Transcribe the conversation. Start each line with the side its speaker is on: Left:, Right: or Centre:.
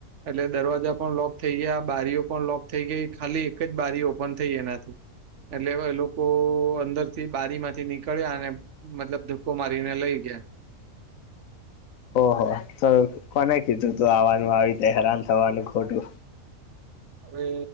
Right: એટલે દરવાજા પણ લોક થઈ ગયા બારીઓ. પણ લોક થઈ ગઈ ખાલી એકજ બારી ઓપન થઈ એનાથીું. એટલે એ લોકો અંદર થી બારી માંથી નીકળ્યા અને મતલબ. કુમારીને લઈ ગયા.
Left: ઓહ તો કોને કીધું તું આવવાનું આવીતે હેરાન થવાનું ખોટું.
Right: હવે